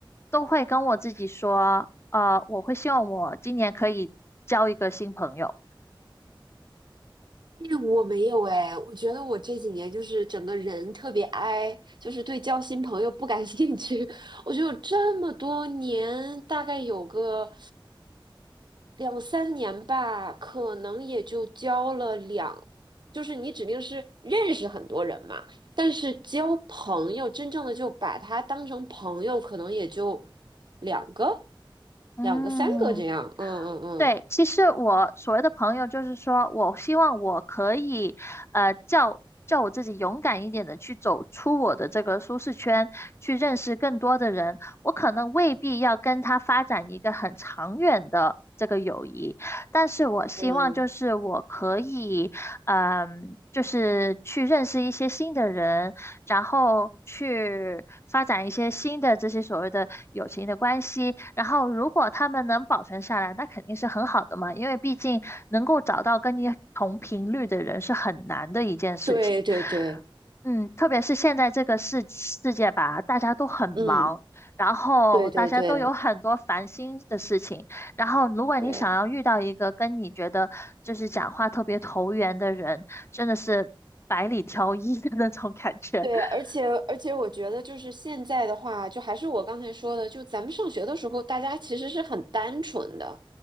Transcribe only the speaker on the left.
都会跟我自己说，呃，我会希望我今年可以交一个新朋友。
嗯。
对，其实我所谓的朋友，就是说我希望我可以，呃，叫叫我自己勇敢一点的去走出我的这个舒适圈，去认识更多的人。我可能未必要跟他发展一个很长远的这个友谊，但是我希望就是我可以，
嗯，就是去认识一些新的人，然后去发展一些新的这些所谓的友情的关系。然后，如果他们能保存下来，那肯定是很好的嘛，因为毕竟能够找到跟你同频率的人是很难的一件事情。
嗯，特别是现在这个世世界吧，大家都很忙，
然后大家都有很多烦心的事情，
然后，如果你想要遇到一个跟你觉得就是讲话特别投缘的人，
真的是百里挑一的那种感觉。
<laughs>